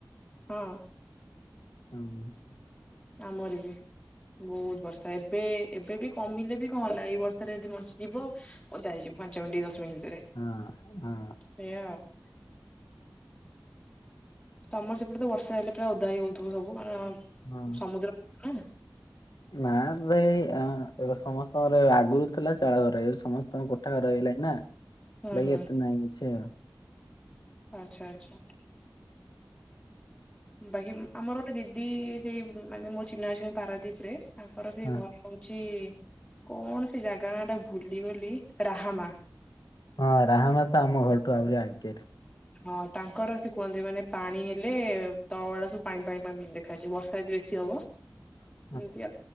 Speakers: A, on the left; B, on the left.
A: ହଁ।
B: <unintelligible>
A: ଆମର ବି ବହୁତ ବର୍ଷା, ଏବେ ଏବେ ବି କମିଲେ ବି କଣ ହେଲା, ଏଇ ବର୍ଷ ଷାରେ ଯଦି ମଣିଷ ଯିବ ଓଦା ହେଇଯିବ ପାଞ୍ଚ ମିନିଟ, ଦଶ ମିନିଟ ଭିତରେ।
B: ହଁ, ହଁ।
A: ସେଇଆ ଆଉ। ତୋମର ସେପଟେ ତ ବର୍ଷା ହେଲେ ପ୍ରାୟ ଓଦା ହେଇ ହଉଥିବ ସବୁ? ମାନେ
B: ହଁ।
A: ସମୁଦ୍ର ନା।
B: ନା ସେଇ ଆଁ, ଏବେ ସମସ୍ତଙ୍କର ଆଗରୁ ଥିଲା ଚାଳ ଘର ଏବେ ସମସ୍ତଙ୍କ କୋଠା ଘର ହେଇଲାଣି ନା।
A: ହୁଁ
B: ଲାଗି
A: ହୁଁ
B: ଏତେ ନାଇଁ ସେ।
A: ଆଚ୍ଛା, ଆଚ୍ଛା। ବାକି ଉଁ, ଆମର ଗୋଟେ ଦିଦି ସେଇ ମାନେ ମୋ ଚିହ୍ନା ଅଛନ୍ତି ପାରାଦୀପ ରେ, ତାଙ୍କର ସେଇ
B: ହଁ
A: ଘର ହଉଚି କଣ ସେ ଜାଗା ନାଁ ଟା ଭୁଲିଗଲି ରାହାମା।
B: ହଁ ରାହାମା ତ ଆମ ଘରଠୁ ଆହୁରି ଆଗେରେ।
A: ହଁ ତାଙ୍କର ସେ କୁହନ୍ତି ମାନେ ପାଣି ହେଲେ ତଳ ଗୁଡା ସବୁ ପାଣି ପାଣି ପାଣି ଦେଖା ଯାଉଚି। ବର୍ଷା ଦି <unintelligible>
B: <inaudible>
A: ଏମତିଆ